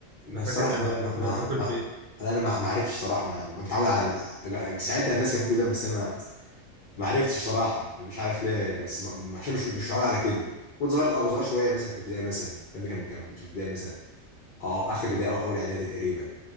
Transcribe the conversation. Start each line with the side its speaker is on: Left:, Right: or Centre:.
Left: ما
Right: انا
Left: الصراحه
Right: فاكر ان انا
Left: ما ما
Right: كنا
Left: ما,
Right: بناكل
Left: ما
Right: بايد
Left: انا انا ما ما عرفتش صراحه ما ما متعود على ال- ساعتها الناس كانت بتقول ده بس انا ما ما عرفتش صراحه مش عارف ليه بس ما ما- عشان مش مش متعود على كده كنت صغير اه صغير شويه مثلا في ابتدائي مثلا الكلام ده كان كان- كنت في ابتدائي مثلا اه اخر ابتدائي او اول اعدادي تقريبا